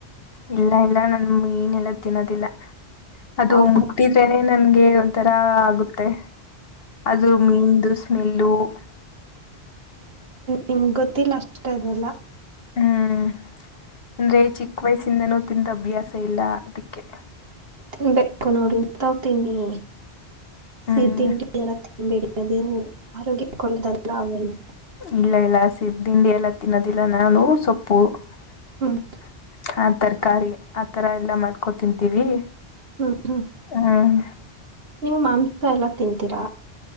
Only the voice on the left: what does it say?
ಇಲ್ಲ ಇಲ್ಲ ನನ್ ಮೀನ್ಲ್ಲ ತಿನ್ನೋದಿಲ್ಲ ಅದು
ಮುಟ್ಟಿದ್ರೇನೆ ನನ್ ಗೆ ಒಂಥರ ಆಗುತ್ತೆ ಅದು ಮೀಂದು ಸ್ಮೆಲ್ಲು <inaudible>
ಹ್ಮ್ ಅಂದ್ರೆ ಚಿಕ್ಕ ವಯಸ್ಸಿಂದನೂ ತಿಂದ ಅಭ್ಯಾಸ ಇಲ್ಲ ಅದಕ್ಕೆ
ಹ್ಮ್
ಇಲ್ಲ ಇಲ್ಲ ಹಸಿ ದಂಡಿ ಎಲ್ಲ ತಿನ್ನೋದಿಲ್ಲ ನಾನು ಸೊಪ್ಪು <inaudible>
ಹಾ ತರ್ಕ ತರಕಾರಿ ಆ ಥರ ಎಲ್ಲ ಮಾಡ್ಕೊ ತಿಂತೀವಿ
ಹ್ಮ್